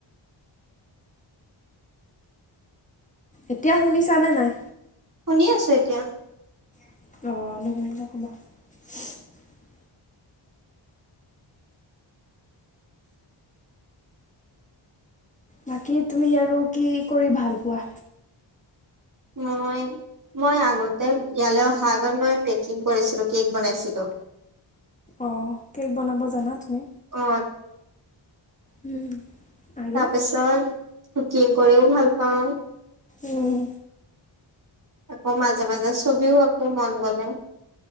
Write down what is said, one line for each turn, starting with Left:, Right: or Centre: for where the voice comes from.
Left: এতিয়া শুনিছানে নাই?
Right: শুনি আছো এতিয়া।
Left: অ'। বাকী তুমি আৰু কি কৰি ভাল পোৱা?
Right: মই মই আগতে ইয়ালৈ অহা আগত মই বেকিং কৰিছিলো। কেক বনাইছিলোঁ।
Left: অ' কেক বনাব জানা তুমি।
Right: অ
Left: উ'ম। আৰু
Right: তাৰপিছৰ কুকিং কৰিওঁ ভাল পাওঁ।
Left: উ'ম।
Right: আকৌ মাজে মাজে ছবিও আকো মন গলে